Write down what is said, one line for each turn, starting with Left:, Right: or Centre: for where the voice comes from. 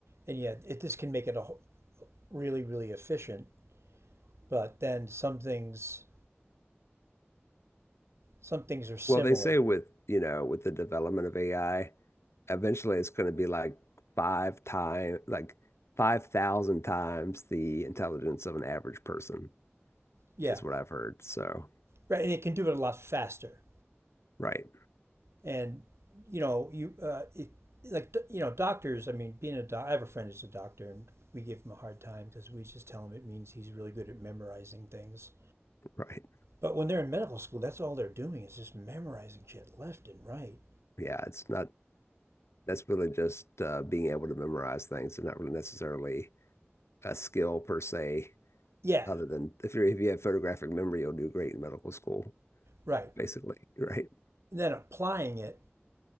Right: And yet, it, this can make it a whole, really, really efficient. But then some things, some things are similar.
Left: Well, they say with, you know, with the development of AI, eventually it's going to be like five time, like 5,000 times the intelligence of an average person
Right: Yeah,
Left: is what I've heard. So,
Right: right. And it can do it a lot faster.
Left: right,
Right: and you know you uh, it, like you know doctors. I mean, being a doc, I have a friend who's a doctor, and we give him a hard time because we just tell him it means he's really good at memorizing things.
Left: right.
Right: But when they're in medical school, that's all they're doing is just memorizing shit left and right.
Left: Yeah, it's not, that's really just uh, being able to memorize things and not really necessarily a skill per se,
Right: Yeah,
Left: other than if you're, if you have photographic memory, you'll do great in medical school.
Right: right.
Left: basically, <laughs> right?
Right: And then applying it,